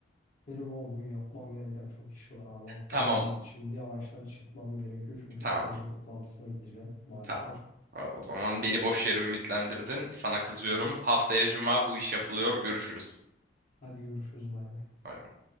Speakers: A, on the left; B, on the right.
A: benim ama bugün yapmam gereken çok iş var abi. Hatta
B: tamam,
A: benim şimdi yavaştan çıkmam gerekiyor çünkü
B: tamam,
A: proje toplantısına gideceğim maalesef.
B: tamam. O zaman beni boş yere ümitlendirdin, sana kızıyorum.
A: Ee,
B: Haftaya cuma bu iş yapılıyor, görüşürüz.
A: Hadi görüşürüz bay bay.
B: Bay bay.